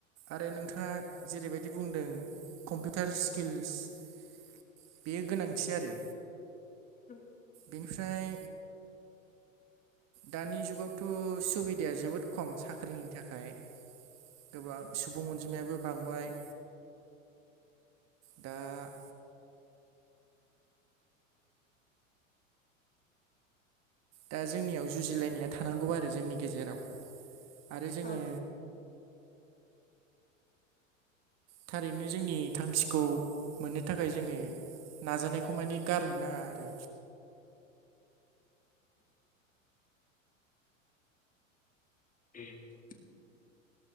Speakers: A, on the right; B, on the left.
A: आरो नोंथाङा जेरैबायदि बुंदों कम्पिउटार स्किल सि बे गोनांथि आरो
B: ओम
A: बेनिफ्राय दानि जुगाव थ' सुबिदाया जोबोद खम साख्रिनि थाखाय। गोबां सुबुं अनजिमायाबो बांबाय। दा दा जोंनियाव जुजिलायनाया थानांगौ आरो जोंनि गेजेराव। आरो जोंङो
B: औ
A: थारैनो जोंनि थांखिखौ मोननो थाखाय जोङो नाजानायखौ माने गारनो नाङा आरो
B: <inaudible>